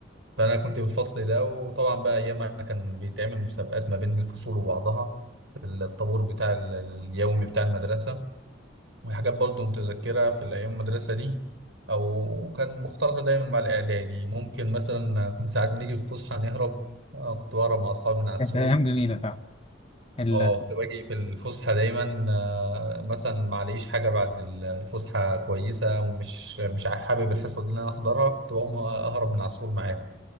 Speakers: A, on the right; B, on the left.
A: فأنا كنت بالفصل ده وطبعا بقى أيامها كان بيتعمل مسابقات ما بين الفصول وبعضها في الطابور بتاع ال- اليومي بتاع المدرسة وحاجات برضو متذكرة في الأيام المدرسة دي أو كان مختلطة دايما مع الإعدادي ممكن مثلا كنت ساعات بنيجي في الفسحة نهرب آه، كنت بهرب مع أصحابي من على السور
B: كانت أيام جميلة فعلا
A: اه كنت باجي في الفسحة دايما آه، مثلا معليش حاجة بعد ال- الفسحة كويسة ومش مش حابب الحصة دي اللي انا احضرها كنت بقوم اهرب من على السور معاهم